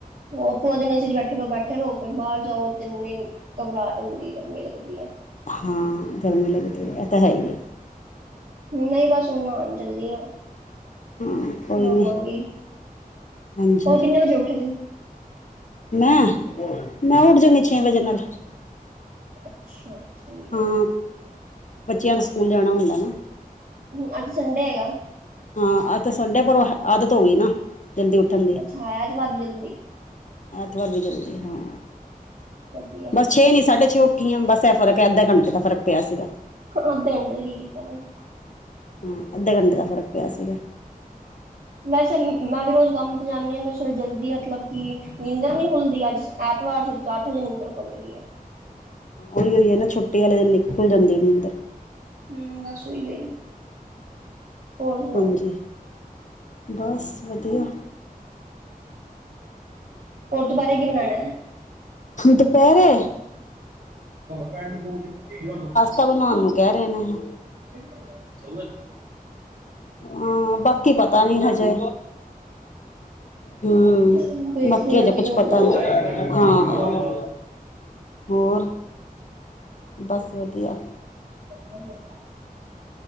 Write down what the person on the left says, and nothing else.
ਹਾਂ ਗਰਮੀ ਲੱਗਦੀ ਏ ਤਾਂ ਹੈ ਹੀ ਏ।
ਹਾਂ ਕੋਈ
ਨਹੀਂ ਹਾਂਜੀ
ਮੈਂ, ਮੈਂ ਉੱਠ ਜਾਂਦੀ ਛੇ ਵਜੇ ਨਾਲ।
ਹਾਂ ਬੱਚਿਆਂ ਨੂੰ ਸਕੂਲ ਜਾਣਾ ਹੁੰਦਾ ਨਾ।
ਹਾਂ ਅੱਜ ਤੇ ਸੰਡੇ ਪਰੋਂ ਆਦਤ ਹੋ ਗਈ ਨਾ ਜਲਦੀ ਉੱਠਣ ਦੀ।
ਐਤਵਾਰ ਦੀ ਜਲਦੀ ਹਾਂ
ਬਸ ਛੇ ਨੀ ਸਾਢੇ ਛੇ ਉੱਠੀ ਆ ਬਸ ਫਰਕ ਆ ਅੱਧਾ ਘੰਟੇ ਦਾ ਫਰਕ ਪਿਆ ਸੀਗਾ।
ਹੂੰ ਅੱਧੇ ਘੰਟੇ ਦਾ ਫ਼ਰਕ ਪਿਆ ਸੀਗਾ।
ਉਈ ਓ ਏ ਨਾ ਛੁੱਟੀ ਆਲੇ ਦਿਨ ਵੀ ਖੁੱਲ ਜਾਂਦੀ ਨੀਂਦਰ।
ਹਾਂਜੀ ਬਸ ਵਧੀਆ
ਦੁਪਹਿਰੇ
ਤਾ ਬਣਾਉਣ ਨੂੰ ਕਹਿ ਰੇ ਨੇ
ਹਾਂ ਬਾਕੀ ਪਤਾ ਨੀ ਹਜੇ ਹਮ
ਬਾਕੀ
ਹਜੇ
ਕੁਛ
ਪਤਾ ਨਹੀਂ ਹਾਂ ਹੋਰ? ਬਸ ਵਧੀਆ।